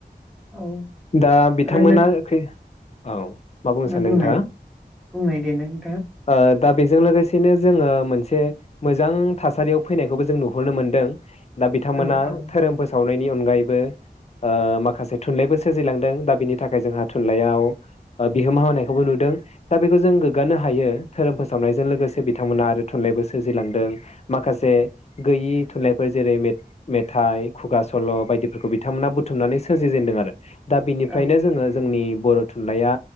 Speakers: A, in the centre; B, on the left.
A: औ
B: दा बिथांमोना
A: ओरैनो
B: औ मा बुंनो सानदों
A: बुंनाय
B: नोंथाङा।
A: बुंनाय दे नों
B: ओ दा बेजों लोगोसेनो जोङो मोनसे मोजां थासारियाव फैनायखौबो जों नुहुरनो मोनदों। दा बिथांमोना
A: औ औ
B: धोरोम फोसाव नि अनगायैबो ओ माखासे थुनलाइबो सोरजिलांदों दा बिनि थाखाय जोंहा थुनलाइयाव बिहोमा होनायखौबो नुदों दा बेखौ जों गोग्गानो हायो। धोरोम फोसावनायजों लोगोसे बिथांमोना आरो थुनलाइबो सोरजिलांदों माखासे गैयि थुनलाइफोर जेरै मेथाइ खुगा सल बायदिफोरखौ बिथांमोना बुथुमनानै सोरजिजेनदों आरो दा बिनिफ्रायनो
A: औ
B: जोङो जोंनि बर' थुनलाइया